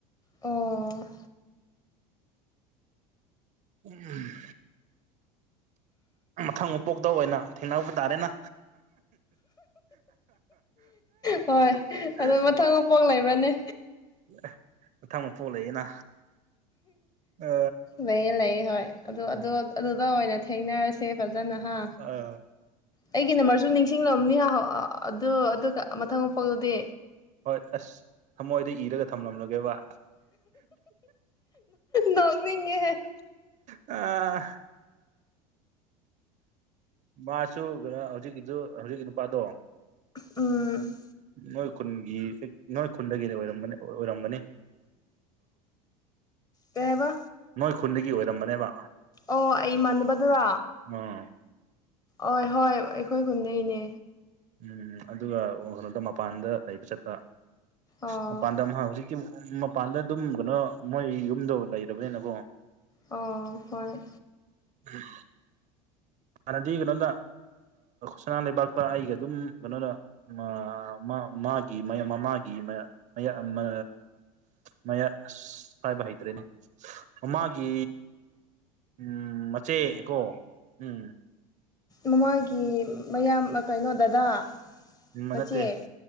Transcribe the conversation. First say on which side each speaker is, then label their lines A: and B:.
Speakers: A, on the left; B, on the right.
A: ꯑꯣ
B: ꯎꯝ ꯃꯊꯪ ꯃꯄꯣꯛꯇ ꯑꯣꯏꯅ ꯊꯦꯡꯅꯕ ꯇꯥꯔꯦꯅ
A: ꯍꯣꯏ
B: <unintelligible>
A: ꯑꯗꯣ ꯃꯊꯪ ꯃꯄꯣꯛ ꯂꯩꯥꯕꯔꯅꯦ
B: ꯑꯦ ꯃꯊꯪ ꯃꯄꯣꯛ ꯂꯩꯌꯦꯅ ꯑ
A: ꯂꯩꯌꯦ ꯂꯩꯌꯦ ꯍꯣꯏ ꯑꯗꯣ
B: ꯎꯝ
A: ꯑꯗꯣ ꯑꯗꯨꯗ ꯑꯣꯏꯅ ꯊꯦꯡꯅꯔꯁꯦ ꯐꯖꯅ ꯍꯥ
B: ꯑ
A: ꯑꯩꯒꯤ ꯅꯝꯕꯔꯁꯨ ꯅꯤꯡꯁꯤꯡꯂꯝꯅꯤ ꯑ ꯑꯗꯨ ꯑꯗꯨꯒ ꯃꯊꯪ ꯃꯄ‌ꯣꯛꯇꯗꯤ
B: ꯍꯣꯏ ꯑꯁ ꯊꯃꯣꯏꯗ ꯏꯔꯒ ꯊꯝꯂꯝꯂꯒꯦꯕ
A: ꯅꯣꯛꯅꯤꯡꯉꯦꯍꯦ
B: ꯑ ꯃꯥꯁꯨ ꯀꯩꯅꯣ ꯍꯧꯖꯤꯛꯀꯤꯗꯨ ꯍꯧꯖꯤꯛꯀꯤ ꯅꯨꯄꯥꯗꯣ
A: ꯎꯝ
B: ꯅꯣꯏ ꯈꯨꯟꯒꯤ ꯅꯣꯏ ꯈꯨꯟꯗꯒꯤꯔ ꯑꯣꯏꯔꯝꯒꯅꯤ ꯑ‌ꯣꯏꯔꯝꯒꯅꯤ
A: ꯀꯩꯍꯥꯏꯕ
B: ꯅꯣꯏ ꯈꯨꯟꯗꯒꯤ ꯑꯣꯏꯔꯝꯕꯅꯦꯕ
A: ꯑꯣ ꯑꯩ ꯃꯥꯟꯅꯕꯗꯨꯔꯣ
B: ꯎꯝ
A: ꯍꯣꯏ ꯍꯣꯏ ꯑꯩꯈꯣꯏ ꯈꯨꯟꯗꯩꯅꯦ
B: ꯎꯝ ꯑꯗꯨꯒ ꯀꯩꯅꯣꯗ ꯃꯄꯥꯟꯗ ꯂꯩꯕ ꯆꯠꯄ
A: ꯑꯣ
B: ꯃꯄꯥꯟꯗ ꯃꯍꯥꯛ ꯍꯧꯖꯤꯛꯀꯤ ꯃꯄꯥꯟꯗ ꯑꯗꯨꯝ ꯀꯩꯅꯣ ꯃꯣꯏ ꯌꯨꯝꯗꯣ ꯂꯩꯔꯕꯅꯤꯅꯀꯣ
A: ꯑꯣ ꯍꯣꯏ
B: ꯎꯝ ꯍꯥꯟꯅꯗꯤ ꯀꯩꯅꯣꯗ ꯁꯅꯥ ꯂꯩꯕꯥꯛꯇ ꯑꯩꯒ ꯑꯗꯨꯝ ꯀꯩꯅꯣꯗ ꯃꯥ ꯃꯥ ꯃꯥꯒꯤ ꯃꯃꯥꯒꯤ ꯃꯔꯛ ꯃꯌꯥ ꯃ ꯃꯌꯥ ꯄꯥꯏꯕ ꯍꯩꯇ꯭ꯔꯦꯅꯦ ꯃꯃꯥꯒꯤ ꯎꯝ ꯃꯆꯦꯀꯣ ꯎꯝ
A: ꯃꯃꯥꯒꯤ ꯃꯌꯥꯝ ꯀꯩꯅꯣ ꯗꯗꯥ
B: ꯎꯃ
A: ꯃꯆꯦ
B: ꯅꯠꯇꯦ